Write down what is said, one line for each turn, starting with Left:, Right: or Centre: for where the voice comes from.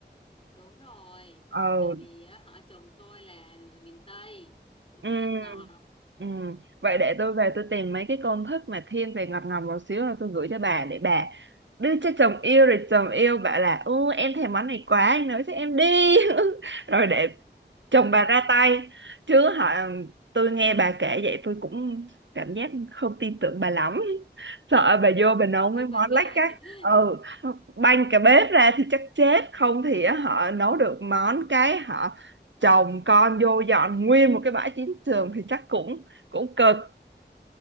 Left: đúng rồi
Right: ừ
Left: tại vì á, họ chồng tôi là người miền Tây cũng
Right: Ừ,
Left: thích ăn ngọt
Right: ừ. Vậy để tôi về tôi tìm mấy cái công thức mà thiên về ngọt ngọt một xíu rồi tôi gửi cho bà để bà đưa cho chồng yêu rồi chồng yêu bảo là ô em thèm món này quá anh nấu cho em đi <laughs> rồi để chồng
Left: Ừm,
Right: bà ra tay chứ họ tôi nghe bà kể vậy tôi cũng cảm giác không tin tưởng bà lắm <laughs> sợ bà vô bà nấu mấy
Left: hơi
Right: món
Left: quan ngại
Right: lách cách
Left: <laughs>
Right: ừ banh cả bếp ra thì chắc chết không thì á, họ nấu được món cái họ chồng con vô dọn nguyên một cái bãi chiến trường thì chắc cũng cũng cực